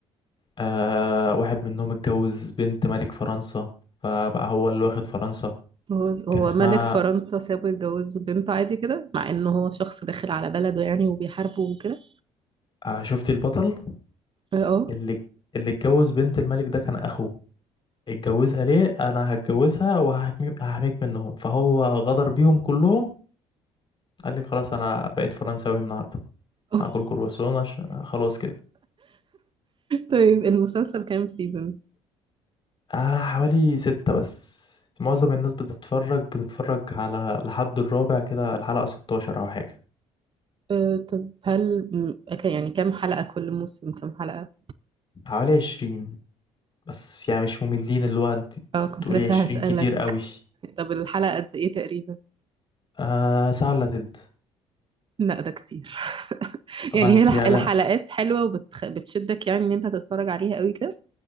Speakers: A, on the left; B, on the right.
A: آه واحد منهم اتجوز بنت ملك فرنسا فبقى هو اللي واخد فرنسا
B: هو هو
A: كان اسمها
B: ملك فرنسا سابه يتجوز بنته عادي كده مع انه هو شخص داخل على بلده يعني وبيحاربه وكده
A: آه شفتي البطل
B: اه آه.
A: اللي اللي اتجوز بنت الملك ده كان اخوه اتجوزها ليه انا هتجوزها وهحميك هحميك منهم فهو غدر بيهم كلهم قال لك خلاص انا بقيت فرنساوي النهارده
B: آه.
A: هاكل كرواسون عشان خلاص كده
B: طيب المسلسل كام سيزون؟
A: آه حوالي ستة بس معظم الناس بتتفرج بتتفرج على لحد الرابع كده الحلقة 16 أو حاجة
B: آه طب هل م- ك- يعني كام حلقة كل موسم كام حلقة؟
A: حوالي 20 بس يعني مش مملين اللي هو انت
B: اه كنت
A: تقولي
B: لسه
A: عشرين
B: هسألك
A: كتير قوي
B: طب الحلقة قد ايه تقريبا؟
A: آه ساعة الا تلت
B: لا ده كتير <laughs>
A: ما
B: يعني
A: انت
B: هي الح-
A: يا
B: الحلقات
A: لا
B: حلوة وبتشدك يعني ان انت هتتفرج عليها قوي كده